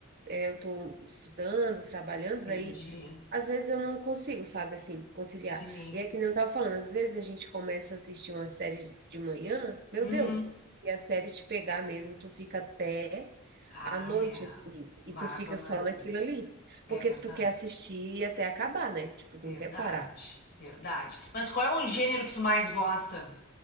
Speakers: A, on the right (about 50°); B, on the left (about 50°).
A: é, eu tô estudando, trabalhando,
B: entendi.
A: daí às vezes eu não consigo, sabe, assim, conciliar.
B: Sim.
A: E é que nem eu tava falando, às vezes a gente começa a assistir uma série de manhã, meu
B: Hum.
A: Deus, se a série te pegar mesmo, tu fica até
B: Ah,
A: à noite,
B: é.
A: assim,
B: Maratonando.
A: e tu fica só naquilo ali,
B: É
A: porque
B: verdade.
A: tu quer assistir até acabar, né? Tipo, tu
B: Verdade.
A: não quer parar.
B: Verdade. Mas qual é o gênero que tu mais gosta?